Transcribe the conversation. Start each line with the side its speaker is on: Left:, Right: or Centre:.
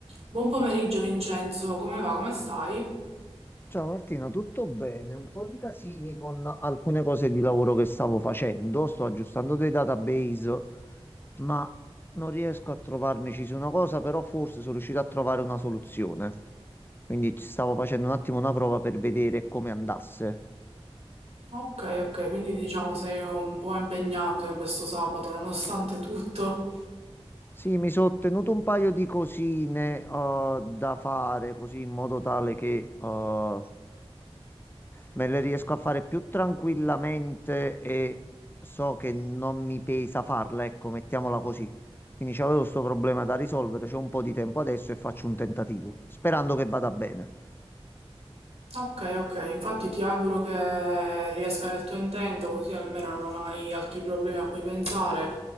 Right: Buon pomeriggio Vincenzo, come va? Come stai?
Left: Ciao Martina, tutto bene? Un po' di casini con alcune cose di lavoro che stavo facendo. Sto aggiustando dei database, ma non riesco a trovarmici su una cosa, però forse sono riuscito a trovare una soluzione. Quindi ci stavo facendo un attimo una prova per vedere come andasse.
Right: Ok, ok, quindi diciamo sei un po' impegnato in questo sabato nonostante tutto.
Left: Sì, mi sono ottenuto un paio di cosine eh, da fare, così in modo tale che eh, Me le riesco a fare più tranquillamente e so che non mi pesa farla, ecco, mettiamola così. Quindi c'avevo questo problema da risolvere, c'ho un po' di tempo adesso e faccio un tentativo, sperando che vada bene.
Right: Ok, ok, infatti ti auguro che riesca nel tuo intento così almeno non hai altri problemi a cui pensare